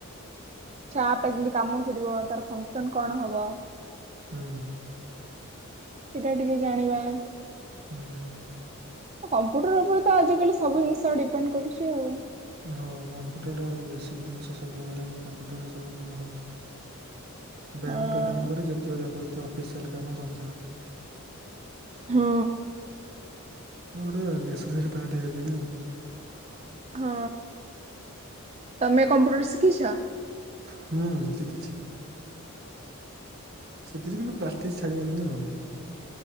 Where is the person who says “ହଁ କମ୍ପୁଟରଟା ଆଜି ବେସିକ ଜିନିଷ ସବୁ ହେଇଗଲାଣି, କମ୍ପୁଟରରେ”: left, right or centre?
Right